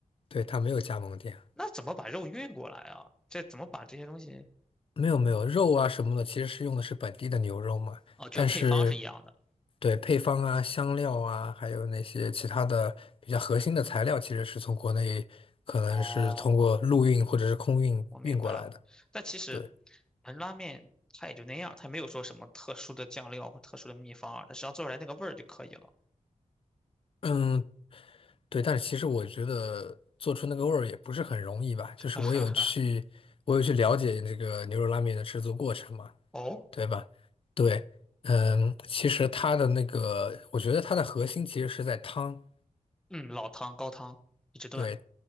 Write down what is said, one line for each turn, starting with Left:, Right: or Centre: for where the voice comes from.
Left: 对，他没有加盟店，
Centre: 那怎么把肉运过来啊？这怎么把这些东西？
Left: 没有没有肉啊什么的，其实是用的是本地的牛肉嘛，
Centre: 哦，就是配方是一样的。
Left: 但是对配方啊、香料啊，还有那些其他的比较核心的材料，其实是从国内可能是通过陆运或者是空运运过来的。
Centre: 哦，我明白了。但其实，
Left: 对。
Centre: 盆拉面它也就那样，它没有说什么特殊的酱料或特殊的秘方啊，它只要做出来那个味儿就可以了。
Left: 嗯，对，但是其实我觉得做出那个味儿也不是很容易吧，
Centre: <laughs>
Left: 就是我有去，
Centre: 哈哈哈。
Left: 我有去了解那个牛肉拉面的制作过程嘛，
Centre: 哦，
Left: 对吧？对，嗯，其实它的那个，我觉得它的核心其实是在汤，
Centre: 嗯，老汤、高汤一直炖
Left: 对